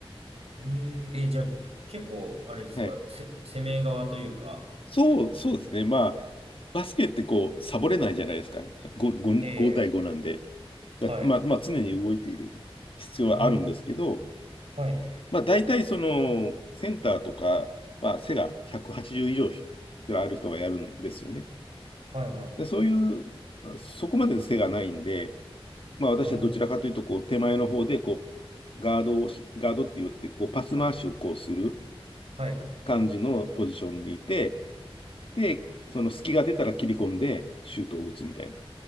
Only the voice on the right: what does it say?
えー、え、じゃあ、結構、あれですか、
せ、攻め側というか。
ええ、
はい。
うん、はい、
はい、はい。
うん。
はい。